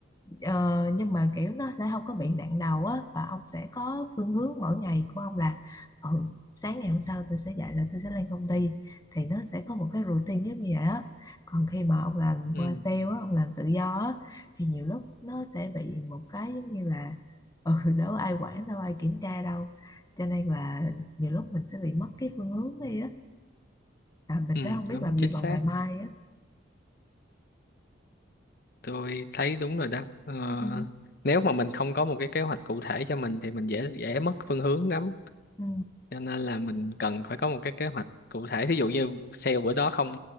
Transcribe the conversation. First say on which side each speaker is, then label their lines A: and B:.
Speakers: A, on the left; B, on the left.
A: Ờ, nhưng mà kiểu nó sẽ không có bị nặng đầu á và ông sẽ có phương hướng mỗi ngày của ông là ừ, sáng ngày hôm sau tôi sẽ dậy là tôi sẽ lên công ty thì nó sẽ có một cái routine giống như vậy á còn khi mà ông làm
B: ừ
A: qua sale á ông làm tự do á thì nhiều lúc nó sẽ bị một cái giống như là ừ, đâu ai quản đâu ai kiểm tra đâu cho nên là nhiều lúc mình sẽ bị mất cái phương hướng đi á à, mình
B: ừ,
A: sẽ không biết
B: đúng
A: làm gì
B: chính
A: vào
B: xác
A: ngày mai á
B: tôi thấy đúng rồi đó ờ,
A: ừ,
B: nếu mà mình không có một cái kế hoạch cụ thể cho mình thì mình dễ dễ mất phương hướng lắm
A: ừ,
B: cho nên là mình cần phải có một cái kế hoạch cụ thể ví dụ như sale bữa đó không